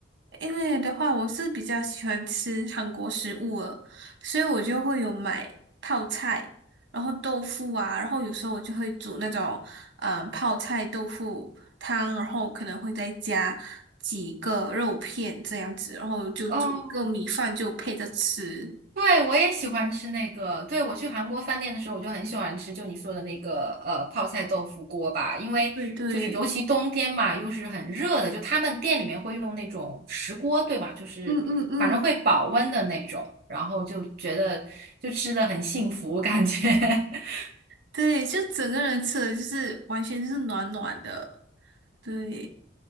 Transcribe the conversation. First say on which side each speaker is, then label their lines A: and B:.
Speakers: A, on the right; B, on the right.
A: 因为的话，我是比较喜欢吃韩国食物了，所以我就会有买泡菜，然后豆腐啊，然后有时候我就会煮那种嗯泡菜豆腐汤，然后可能会再加几个肉片这样子，然后就煮一个米饭就配着吃。
B: 哦，对，我也喜欢吃那个，对，我去韩国饭店的时候，我就很喜欢吃，就你说的那个呃泡菜豆腐锅吧，因为就是尤其冬天嘛，
A: 对对，
B: 又是很热的，就他们店里面会用那种石锅，对吧？就是反正会保温的那种，
A: 嗯嗯嗯，
B: 然后就觉得就吃的很幸福，感觉。<laughs>
A: 对，就整个人吃的就是完全就是暖暖的。对，